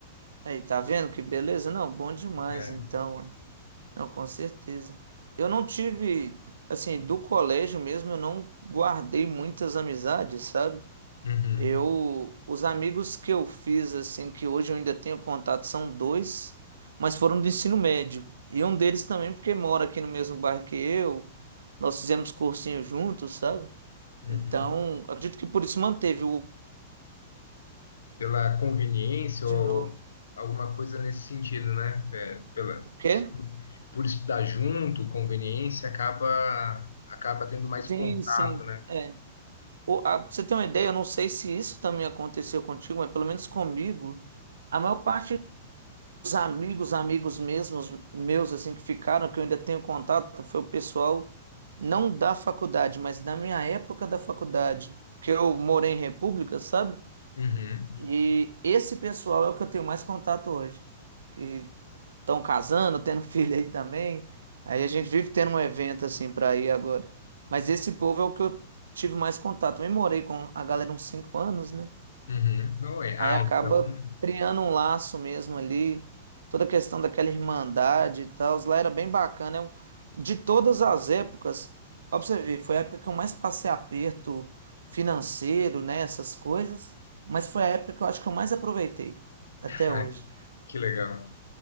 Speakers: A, on the right; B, on the left.
A: Aí, tá vendo que beleza? Não, bom demais
B: É.
A: então. ué. Não, com certeza. Eu não tive, assim, do colégio mesmo, eu não guardei muitas amizades, sabe?
B: Uhum,
A: Eu, os amigos que eu fiz, assim, que hoje eu ainda tenho contato, são dois, mas foram do ensino médio. E um deles também, porque mora aqui no mesmo bairro que eu, nós fizemos cursinho juntos, sabe?
B: uhum.
A: Então, acredito que por isso manteve o
B: pela conveniência
A: de
B: ou
A: novo.
B: alguma coisa nesse sentido, né? É, pela,
A: O quê?
B: por estudar junto, conveniência, acaba acaba tendo mais
A: Sim,
B: contato,
A: sim.
B: né?
A: É. O- a- pra você ter uma ideia, eu não sei se isso também aconteceu contigo, mas pelo menos comigo, a maior parte dos amigos, amigos mesmos, meus, assim, que ficaram, que eu ainda tenho contato, foi o pessoal não da faculdade, mas da minha época da faculdade, porque eu morei em república, sabe?
B: Uhum,
A: E esse pessoal é o que eu tenho mais contato hoje. Que estão casando, tendo <laughs> filho aí também. Aí a gente vive tendo um evento assim pra ir agora. Mas esse povo é o que eu tive mais contato. Eu morei com a galera uns cinco anos, né?
B: uhum. Não é. Ah,
A: Aí acaba
B: então.
A: criando um laço mesmo ali. Toda a questão daquela irmandade e tal. Lá era bem bacana. É um- De todas as épocas, ó pra você ver, foi a época que eu mais passei aperto financeiro, né? Essas coisas. Mas foi a época que eu acho que eu mais aproveitei até
B: Ah,
A: hoje.
B: que legal.